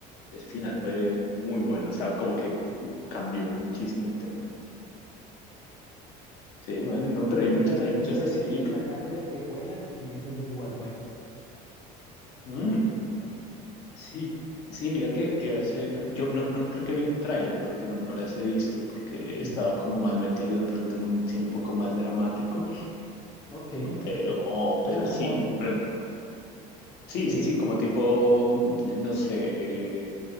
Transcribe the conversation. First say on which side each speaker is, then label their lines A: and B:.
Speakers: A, on the left; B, on the left.
A: ese final fue muy bueno, o sea, como que cambió muchísimo el tema. Sí, bueno, no, pero
B: Y
A: hay
B: mira
A: muchas,
B: que,
A: hay muchas
B: mira
A: así.
B: que siguen sacándole precuelas y siguen siendo igual buenas.
A: Mm, sí, sí, mira que, que hace, yo no, no creo que vi un tráiler porque no, no las he visto, porque he
B: Sí,
A: estado como más metido de pronto en un cine un poco más dramático
B: ok.
A: Pero, pero
B: O sea,
A: sí,
B: como,
A: por ejem- sí,
B: sí,
A: sí, sí, como tipo, mm, no sé, eh,